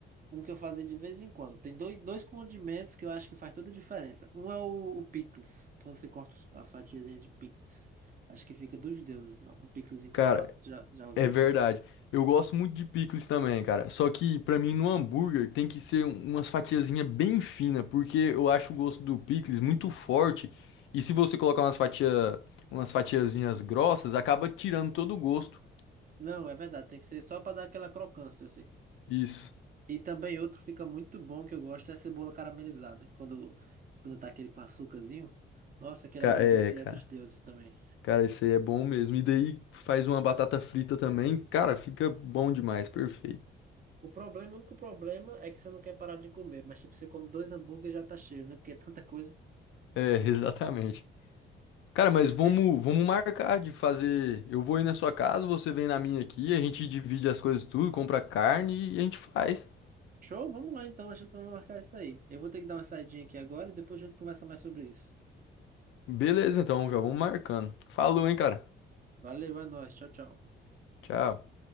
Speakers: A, on the right; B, on the left.
A: um que eu fazia de vez em quando. Tem dois, dois condimentos que eu acho que faz toda a diferença. Um é o, o picles, quando você corta os- as fatiazinhas de picles. Acho que fica dos deuses, ó, um piclesinho cortado.
B: Cara,
A: Você já, já usou?
B: é verdade. Eu gosto muito de picles também, cara. Só que pra mim no hambúrguer tem que ser um- umas fatiazinhas bem finas, porque eu acho o gosto do picles muito forte. E se você colocar umas fatia, umas fatiazinhas grossas, acaba tirando todo o gosto.
A: Não, é verdade, tem que ser só para dar aquela crocância assim.
B: Isso.
A: E também outro fica muito bom que eu gosto é a cebola caramelizada. Quando, quando tá aquele com açúcarzinho. Nossa, aquele
B: Cara,
A: agridoce
B: é,
A: ali
B: cara.
A: é dos deuses também.
B: Cara, isso aí é bom mesmo. E daí faz uma batata frita também. Cara, fica bom demais, perfeito.
A: O problema, o único problema é que você não quer parar de comer. Mas tipo, você come dois hambúrgueres e já tá cheio, né? Porque é tanta coisa.
B: É, <laughs> exatamente. Cara, mas vamos,
A: Fez?
B: vamos marcar de fazer. Eu vou ir na sua casa, você vem na minha aqui, a gente divide as coisas tudo, compra carne e a gente faz.
A: Show? Vamos lá então. A gente vai marcar isso aí. Eu vou ter que dar uma saidinha aqui agora e depois a gente conversa mais sobre isso.
B: Beleza, então, já vamos marcando. Falou, hein, cara.
A: Valeu, é nóis. Tchau, tchau.
B: Tchau.